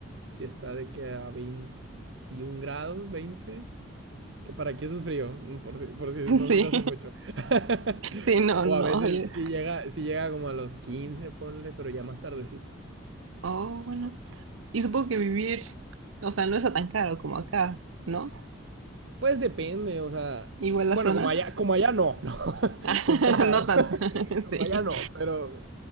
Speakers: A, on the right (about 60°); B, on the right (about 80°).
A: sí está de que a 21 grados, veinte, Que para aquí eso es frío, mm, por si, por si no
B: Sí,
A: se te hace mucho. <laughs>
B: sí, no,
A: O
B: no.
A: a veces
B: oye.
A: sí llega, sí llega como a los 15, ponle, pero ya más tardecito.
B: Oh, bueno. Y supongo que vivir, o sea, no es tan caro como acá, ¿no?
A: Pues depende, o sea.
B: Igual
A: Bueno,
B: la zona.
A: como allá, como allá no, ¿no? <laughs>
B: <laughs>
A: De entrada,
B: No
A: ¿no?
B: tanto,
A: <laughs>
B: <laughs>
A: Como
B: sí.
A: allá no, pero.